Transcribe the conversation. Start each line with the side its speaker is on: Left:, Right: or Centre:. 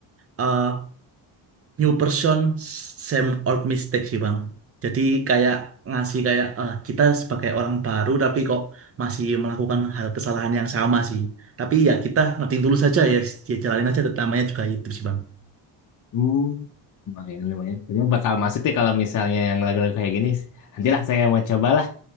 Right: eh, New person, same old mistake sih Bang. Jadi kayak ngasih kayak eh, kita sebagai orang baru tapi kok masih melakukan hal kesalahan yang sama sih. Tapi ya kita noting dulu saja ya, dia jalanin aja namanya juga itu sih Bang.
Left: Uh, lumayan, lumayan. Kayaknya bakal masuk deh kalau misalnya yang lagu-lagu kayak gini. Nantilah saya mau cobalah.